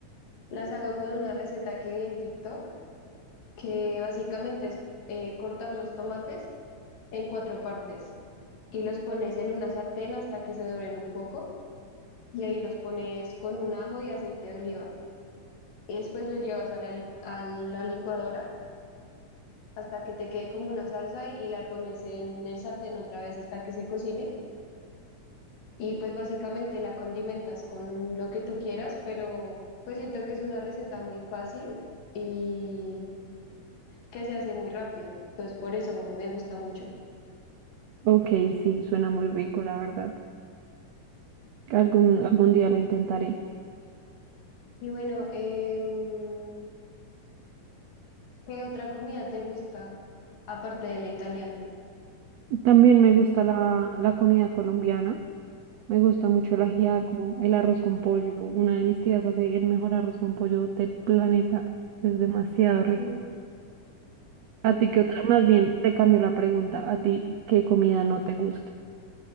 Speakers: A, on the left (about 85°); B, on the right (about 80°).
A: las hago con una receta que vi en TikTok, que básicamente es eh, cortar los tomates en cuatro partes y los pones en una sartén hasta que se doren un poco y ahí los pones con un ajo y aceite de oliva. Y después los llevas a la, li- a la licuadora hasta que te quede como una salsa y la pones en el sartén otra vez hasta que se cocine. Y pues básicamente la condimentas con lo que tú quieras, pero pues siento que es una receta muy fácil y que se hace muy rápido. Entonces por eso me gusta mucho.
B: Ok, sí, suena muy rico, la verdad. Algún, algún día lo intentaré.
A: Y bueno, em, ¿qué otra comida te gusta aparte de la italiana?
B: También me gusta la, la comida colombiana. Me gusta mucho
A: Sí.
B: el ajiaco, el arroz con pollo. Una de mis tías hace el mejor arroz con pollo del planeta. Es demasiado rico.
A: Mm.
B: A
A: A
B: ti qué otra, más
A: mí,
B: bien te cambio la pregunta. ¿A ti qué comida no te gusta?